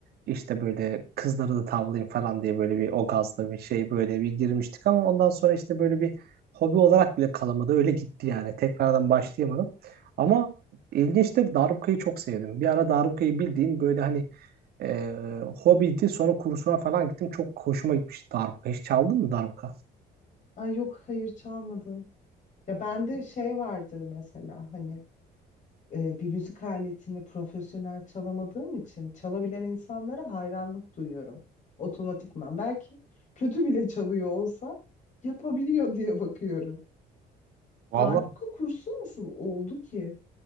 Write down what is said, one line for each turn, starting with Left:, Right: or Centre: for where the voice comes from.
Right: işte böyle kızları da tavlayayım falan diye böyle bir o gazla bir şey böyle bir girmiştik ama ondan sonra işte böyle bir hobi olarak bile kalamadı. Öyle gitti yani. Tekrardan başlayamadım. Ama ilginçtir. Darbukayı çok sevdim. Bir ara darbukayı bildiğin böyle hani e, hobiydi. Sonra kursuna falan gittim. Çok hoşuma gitmişti darbuka. Hiç çaldın mı darbuka?
Left: Ay yok hayır çalmadın. Ya bende şey vardır mesela hani e, bir müzik aletini profesyonel çalamadığım için çalabilen insanlara hayranlık duyuyorum otomatikman. Belki kötü bile çalıyor olsa yapabiliyor diye bakıyorum.
Right: Vallahi
Left: Darbuka kursu nasıl oldu ki?